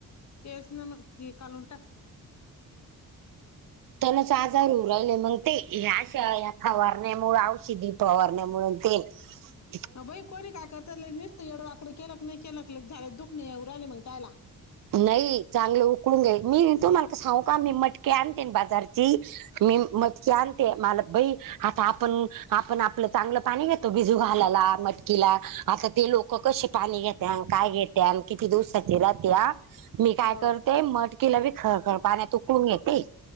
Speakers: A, on the left; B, on the right.
A: तेच ना मग त कालंटा
B: त्यालाचज राहिले मग ते ह्या श फवारण्यामुळे औषधी पवारण्या मुून ते <unintelligible>
A: बाई कोणी काय करतात नसत एवढं वाकडं केलं क नाही केलं झाले दुख नाही उ राहिले मग त्यायला
B: नाही चांगलं उकडून घे मी तुमला का सांू का मी मटकीे आणतेन बाजारची मी मग क आणते मला बई आता आपण आपण आपलं चांगलं पाणी घेतो भिजू घालाला मटकीला आता ते लोक कशी? पाणी घेते आणि काय घेते आणि किती दिवस राहते. मी काय
A: हो
B: करते मटकीला बी खळखळ पाण्यात तुकडून घेते.